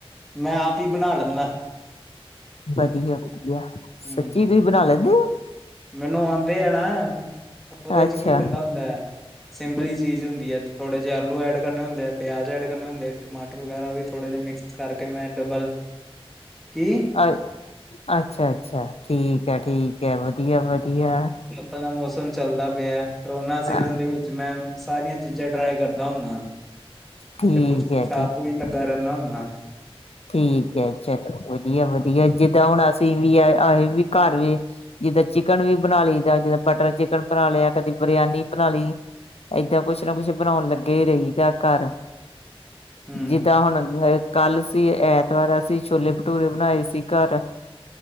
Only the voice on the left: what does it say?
ਵਧੀਆ, ਵਧੀਆ।
ਸੱਚੀ ਤੁਹੀ ਬਣਾ ਲੈਂਦੇ ਹੋ?
ਹੋ
ਅੱਛਾ
ਅ, ਅੱਛਾ-ਅੱਛਾ, ਠੀਕ ਹੈ, ਠੀਕ ਹੈ, ਵਧੀਆ-ਵਧੀਆ।
ਅ
ਠੀਕ
ਹੈ
ਠੀਕ
ਠੀਕ ਐ, ਚਲੋ ਵਧੀਆ-ਵਧੀਆ, ਜਿੱਦਾਂ ਹੁਣ ਅਸੀਂ ਵੀ ਆਏ ਵੀ ਘਰ ਵੀ ਜਿੱਦਾਂ ਚਿਕਨ ਵੀ ਬਣਾ ਲਈਦਾ, ਜਿੱਦਾਂ ਬਟਰ-ਚਿਕਨ ਬਣਾ ਲਿਆ, ਕਦੀ ਬਰਿਆਨੀ ਬਣਾਲੀ। ਏਦਾਂ, ਕੁਛ ਨਾ ਕੁਛ ਬਣਾਉਣ ਲੱਗੇ ਰਹੀਦਾ ਘਰ।
ਜਿੱਦਾਂ ਹੁਣ ਅ, ਕੱਲ੍ਹ ਸੀ ਐਤਵਾਰ ਅਸੀਂ, ਛੋਲੇ-ਭਟੂਰੇ ਬਣਾਏ ਸੀ ਘਰ।